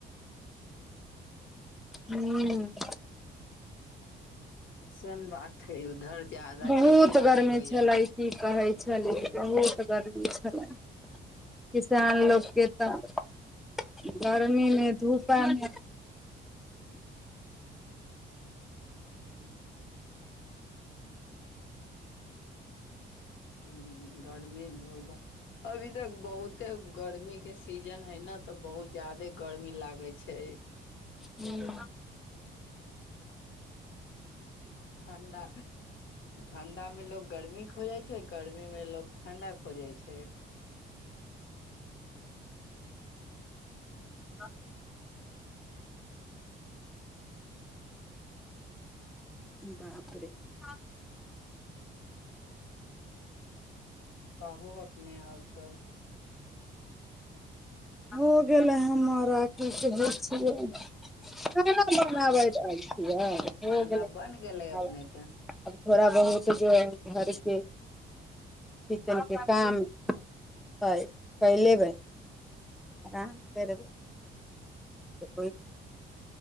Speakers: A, in the centre; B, on the left.
A: हूँ
B: म <unintelligible> उधर ज्यादा
A: बहुत
B: खेती बाड़ी
A: गर्मी
B: होइया
A: छलै
B: ने ह
A: की कहै छै छलिय बहुत गर्मी छलै किसान लोकके तऽ गर्मीमे धूपामे
B: ह गरमेी धो अभी तक बहुते गर्मी के सीजन हय ने तऽ बहुत जादे गर्मी लागे छै
A: ह्म
B: ठण्डा ठण्डा मे लोको गर्मी खोजै छै गर्मी मे लोग ठण्डा खोजे छै
A: ह <unintelligible> बापरे <unintelligible>
B: कहाहू अपने और सब
A: हो गेलै हमर आखी बेै <unintelligible> खना बनाबैत
B: खाना
A: आयल छियै
B: खाना
A: गेलै
B: बन गेलै
A: <unintelligible>
B: अपने के
A: थोड़ा बहुत जे ह घरके किचेनके काम हइ कै लेबै आराम करबै जेबै